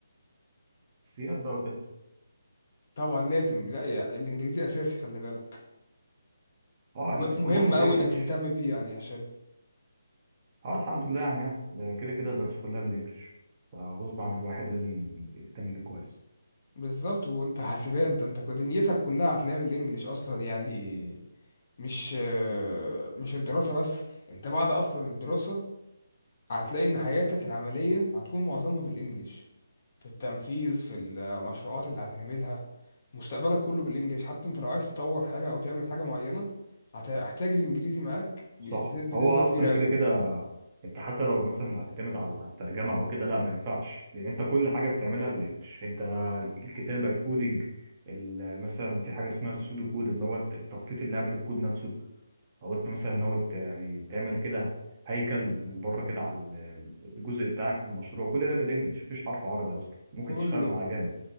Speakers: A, on the right (about 30°); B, on the left (about 45°).
A: السياد بقى وكده
B: طبعا لازم لا يا الانجليزي اساسي خلي بالك
A: اه
B: و-
A: نفس
B: مهم
A: المواد بالانجلش
B: قوي انك تهتم بيه يعني يا هشام
A: اه الحمد لله يعني اه كده كده الدراسه كلها بالانجلش فغصب عن الواحد لازم يهتم بيه كويس
B: بالظبط وانت حاسبات ده انت دنيتك كلها هتلاقيها بالانجليش اصلا يعني مش مش الدراسة بس انت بعد اصلا الدراسة هتلاقي ان حياتك العملية هتكون معظمها في الانجليش في التنفيذ في المشروعات اللي هتعملها مستقبلك كله بالانجليش حتى انت لو عايز تطور حاجة او تعمل حاجة معينة هتحتاج الانجليزي معاك ب-
A: صح
B: بنسبة
A: هو اصلا
B: كبيرة قوي
A: كده كده انت حتى لو مثلا هتعتمد على على الترجمه او كده لا ما ينفعش لان انت كل حاجه بتعملها بالانجلش انت الكتابه الكودينج ال- مثلا في حاجه اسمها السودو كود اللي هو الت- التخطيط اللي قبل الكود نفسه او انت مثلا ناوي ت- يعني تعمل كده هيكل من بره كده على ال- الجزء بتاعك في المشروع كل ده بالانجلش مفيش حرف عربي اصلا ممكن
B: كله
A: تشتغل مع جانب